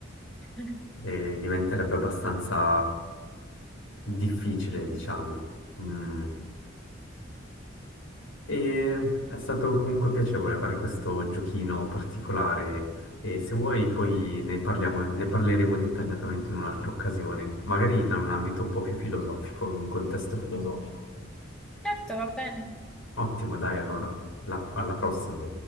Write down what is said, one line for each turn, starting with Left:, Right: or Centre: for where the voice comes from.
Centre: <laughs>
Left: e diventerebbe abbastanza difficile, diciamo. Mm. E è stato comunque piacevole fare questo giochino particolare e se vuoi poi ne parliamo- ne parleremo dettagliatamente in un'altra occasione, magari in un ambito un po' più filosofico, in un contesto filosofico.
Centre: Certo, va bene.
Left: Ottimo, dai, allora, la- alla prossima.